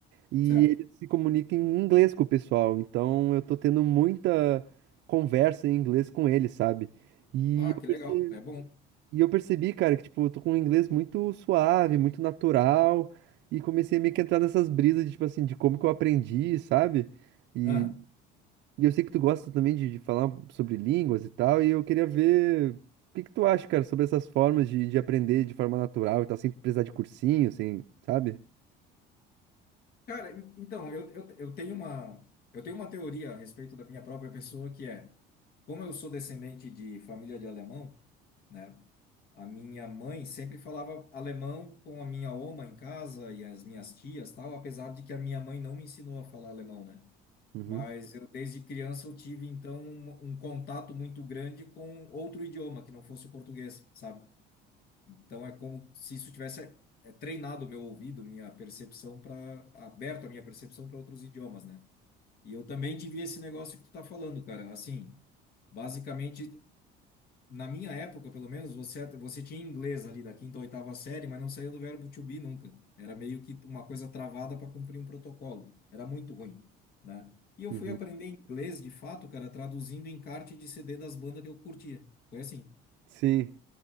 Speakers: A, on the right; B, on the left.
A: E
B: certo.
A: ele se comunica em inglês com o pessoal, então eu tô tendo muita conversa em inglês com ele, sabe? E
B: Ah,
A: eu
B: que
A: percebi.
B: legal. É bom.
A: E eu percebi, cara, que, tipo, eu tô com um inglês muito suave, muito natural, e comecei a meio que entrar nessas brisas de, tipo assim, de como que eu aprendi, sabe? E,
B: Ah.
A: e eu sei que tu gosta também de, de falar sobre línguas e tal, e eu queria ver o que que tu acha, cara, sobre essas formas de, de aprender de forma natural e tal, sem precisar de cursinho, sem, sabe?
B: Cara, en- então, eu, eu, eu tenho uma, eu tenho uma teoria a respeito da minha própria pessoa, que é, como eu sou descendente de família de alemão, né? A minha mãe sempre falava alemão com a minha oma em casa e as minhas tias, tal, apesar de que a minha mãe não me ensinou a falar alemão, né?
A: Uhum,
B: Mas eu, desde criança, eu tive, então, um, um contato muito grande com outro idioma que não fosse o português, sabe? Então é como se isso tivesse é, treinado o meu ouvido, minha percepção para aberto a minha percepção para outros idiomas, né? E eu também tive esse negócio que tu tá falando, cara. Assim, basicamente na minha época, pelo menos, você você tinha inglês ali da quinta ou oitava série, mas não saía do verbo to be nunca. Era meio que uma coisa travada para cumprir um protocolo. Era muito ruim, né? E eu
A: uhum.
B: fui aprender inglês de fato, cara, traduzindo encarte de CD das bandas que eu curtia. Foi assim
A: Sim.